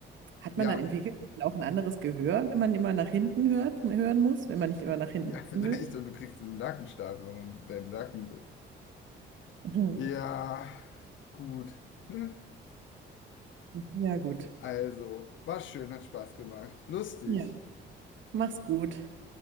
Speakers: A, on the right; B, on the left.
A: hat
B: Ja,
A: man dann entwickelt auch ein anderes Gehör, wenn man immer nach hinten hört, hören muss, wenn man nicht immer nach hinten
B: ja, <laughs> vielleicht.
A: schauen will? <laughs>
B: Und du kriegst so einen Nackenstarre und deinen Nacken.
A: Mhm.
B: Ja, gut. Ne?
A: Ja, gut.
B: Also, war schön, hat Spaß gemacht. Lustig.
A: Ja. Mach's gut.